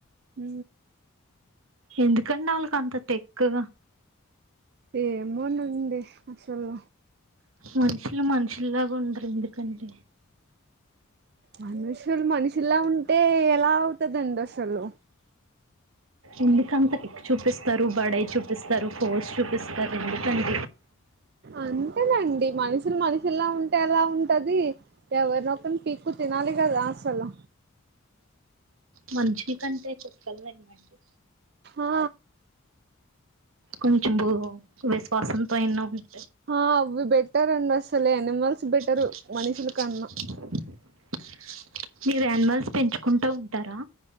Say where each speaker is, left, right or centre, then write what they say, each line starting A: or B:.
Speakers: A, on the right; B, on the right.
A: ఊ
B: ఎందుకండి ఆల్లకి అంత టెక్కు
A: ఏమోనండి అసలు
B: మనుషులు మనుషుల్లాగా ఉండరు ఎందుకంటే
A: మనుషులు మనుషుల్లా ఉంటే ఎలా అవుతందండి అసలు
B: ఎందుకంతా చూపిస్తారు బయ చూపి చూపిస్తారు పోస్ట్ చూపిస్తారు ఎందుకండి
A: అంతేనండి మనుషులు మనుషులా ఉంటే అలా ఉంటది ఎవరినొక్కరిని పీక్కు తిన తినాలి కదా అసల్
B: మనుషుల కంటే కుక్కలు నయం మండి
A: ఆ
B: కొంచెం విశ్వాసంతో అయినా ఉన్
A: ఆ అవి బెటర్ అండి అసలు యానిమల్స్ బెటరు
B: <unintelligible>
A: మనుషుల కన్నా
B: మీరు యానిమల్స్ పెంచుకుంటా ఉంటరా